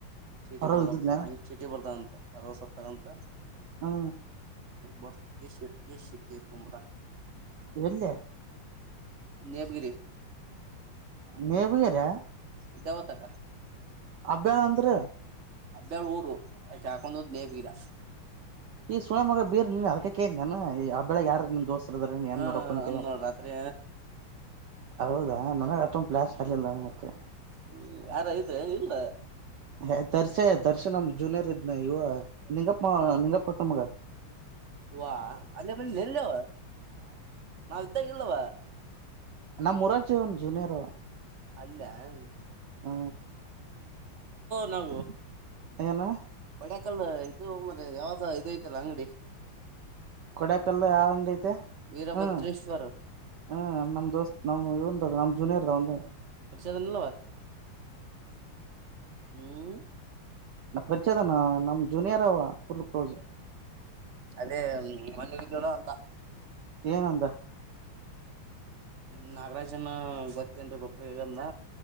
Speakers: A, on the right; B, on the right.
A: ಚೀಟಿ
B: ಹೊರ
A: ಬರ್ತಾ
B: ಇದ್ದಿದ್ಲ
A: ಬಿ ಹಂಗ ಚೀಟಿ ಬರ್ತಾಗಂತ ಅರವ ಸಪ್ತಂತ
B: ಹಾ
A: ಬರ್ತಗೆ ಶೆಟ್ಕ ಸಿತ ತೀರಕೋಬಿಟ್ಟ
B: ಎಲ್ಲೆ
A: ನೇಪಗಿರಿ
B: ನೀ ಬಯರಾ
A: ಇದಾವತಕ್ಕ
B: ಅದ ಅಂದ್ರ
A: ಹಬ್ಬಳ ಊರು ಅ ಹಾಕೊಂಡದ್ ನೇಪ್ಗಿರಾ
B: ಈ ಸುಣ ಮಗ ಬೀರ್ ನೀನ್ ಅದಕ ಕ ನಾನ ಆ ಬೆಳಗ್ ಯಾರ ನಿಮ್ ದೋಸ ನ್ ಹೆಣ್ಣ
A: ಹಾ
B: ನೋಡಕೊಂತೀವ
A: ಅಂದ್ ನೋಡ್ ರಾತ್ರಿ
B: ಹೌದಾ ನನಗೆ ಅಷ್ಟೊಂದು ಫ್ಲ್ಯಾಶ್ ಆಲ್ಲಿಲ್ಲ ಮತ್ತೆ
A: ಹ್ಮ್ ಯಾರ ಇದ್ರೆ ಏನ ಇಲ್ಲ
B: ಹ ದರ್ಶ ದರ್ಶ ನಮ ಜೂನಿಯರ್ ಇದ್ನ ಯುವ ನಿಂಗಪ್ಪ ನಿಂಗಪ್ಪ ಕಾಕಾ ನ್ ಮಗ
A: ವಾ ಅಲ್ಲೇ ಬಂದ ಎಲ್ಲವ ನಾವ ಇದ್ದಾಲೇ ಇಲ್ಲವ
B: ನಮ್ಮ ಮುರಾರ್ಜಿ ಒಂದು ಜುನಿಯರ್
A: ಅಲ್ಯ್
B: ಹ
A: ನಾವು
B: ಏನು
A: ಬಡ್ಯಾಕಲ್ ಇದು ಮಲೆ ಯಾವ್ದ ಇದು ಐತಿಲ್ಲ ಅಂಗಡಿ
B: ಕೊಡಕಲ್ಲ ಅಂಗಐತೆ
A: ವೀರಭದ್ರೇಶ್ವರ
B: ಹ್ಮ್ ಹ್ಮ್ ನಮ್ ದೋಸ್ತ್ ನಮ್ ಇವ ನಮ್ ಜೂನಿಯರ್ದ ಅಂದೆ
A: ಪರಿಚಯದನಲ್ಲ ಹ್ಮ್
B: ನ ಪರಿಚಯದನಾ ನಮ್ ಜೂನಿಯರ್ ಅವ ಫುಲ್ ಕ್ಲೋಸ್
A: ಅದೇ ಮೊನ್ನೆ ಹೋಗಿದ್ದವಲ್ ಅಂದ
B: ಏನಂದ
A: ಹ್ಮ ನಾಗರಾಜನ ಗೊತ್ತೇನ್ರರಿ ಬಪ್ರ ಹಗಂದ